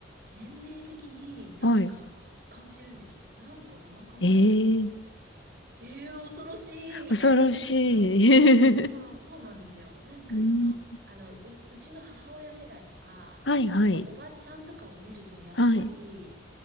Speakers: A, on the right; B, on the left.
A: 年齢的になんか感じるんですよ。
B: はい。
A: なんかお腹周り。
B: ええー、
A: ええ恐ろしいみたいな。
B: 恐ろし
A: なんかその、そう、
B: い。
A: そうなんですよ。なんかその、
B: <laughs> うん、
A: あの、う、うちの母親世代とか、
B: はいはい。
A: なんかおばちゃんとかを見ると、やっぱり、
B: はい。